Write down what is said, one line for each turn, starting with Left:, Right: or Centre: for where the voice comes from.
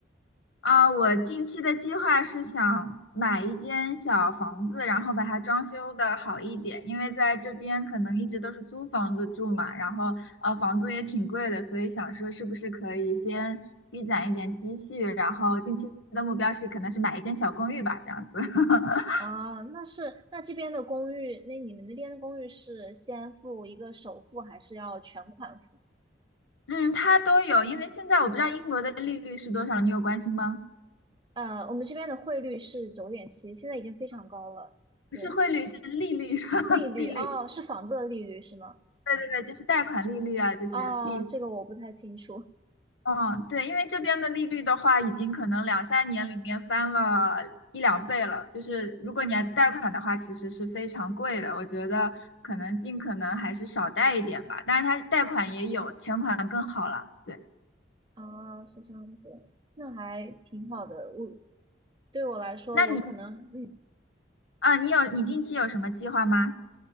Left: 啊，我近期的计划是想买一间小房子，然后把它装修的好一点，因为在这边可能一直都是租房子住嘛，然后呃房租也挺贵的，所以想说是不是可以先积攒一点积蓄，然后近期的目标是可能是买一间小公寓吧，这样子。<laughs>
Right: 啊，那是，那这边的公寓，那你们那边的公寓是先付一个首付，还是要全款付？
Left: 嗯，它都有，因为现在我不知道英国的利率是多少，你有关心吗？
Right: 呃，我们这边的汇率是九点七，现在已经非常高了。
Left: 不是汇率，
Right: 对，
Left: 是利率，<laughs>
Right: 利率，
Left: 利率。
Right: 哦，是房子的利率是吗？
Left: 对对对，就是贷款利率啊，这些利率。
Right: 啊，这个我不太清楚。
Left: 嗯，对，因为这边的利率的话，已经可能两三年里面翻了一两倍了。就是如果你要贷款的话，其实是非常贵的。我觉得可能尽可能还是少贷一点吧。但是它贷款也有，全款更好了。对，
Right: 啊，是这样子，那还挺好的。我对我来说，
Left: 那你
Right: 我可能，嗯。
Left: 啊，你有你近期有什么计划吗？